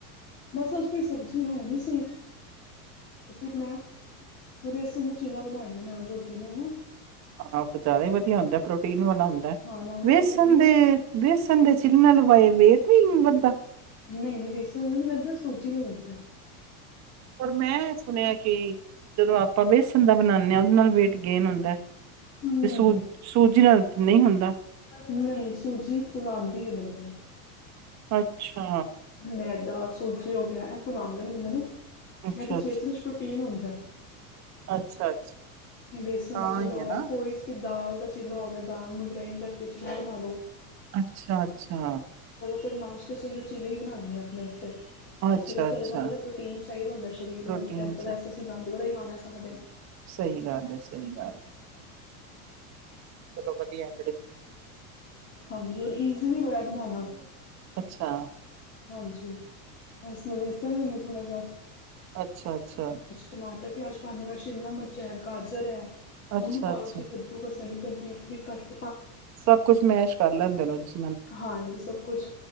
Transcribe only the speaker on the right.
ਆਹੋ ਜ਼ਿਆਦਾ ਹੀ ਵਧੀਆ ਹੁੰਦਾ ਪ੍ਰੋਟੀਨ ਵਾਲਾ ਹੁੰਦਾ
ਬੇਸਣ
ਦੇ ਬੇਸਣ ਦੇ ਚਨਾਂ ਨੂੰ ਬਏ ਵੇਟ ਵਦਾਾਂ
ਪਰ ਮੈਂ ਸੁਣਿਆ ਕਿ ਜਦੋਂ ਆਪਾਂ ਬੇਸਣ ਦਾ ਬਣਾਉਦੇ ਉਹਦੇ ਨਾਲ ਵੇ ਗੇਨ ਹੁੰਦਾ
ਤੇ ਸੂ ਸੂਜੀ ਨਾਲ ਨਹੀਂ ਹੁੰਦਾ
ਅੱਛਾ,
ਅੱਛਾ,
ਅੱਛਾ
ਤਾਂ
ਹੀ
ਹੈ
ਨਾ।
ਅੱਛਾ ਅੱਛਾ।
ਅੱਛਾ-ਅੱਛਾ
ਪ੍ਰੋਟੀਨ
ਸਈ ਗੱਲ ਏ ਸਈ ਗੱਲ ਏ। ਚਲੋ ਵਧੀਐ।
ਅੱਛਾ।
ਅੱਛ ਛਾ ਅੱਛਾ।
ਅੱਛਾ-ਅੱਛਾ।
ਸਭ ਕੁਛ ਮੈਸ਼ ਕਰ ਲੈਂਦੇ ਨੇ ਔਦੇ ਚ।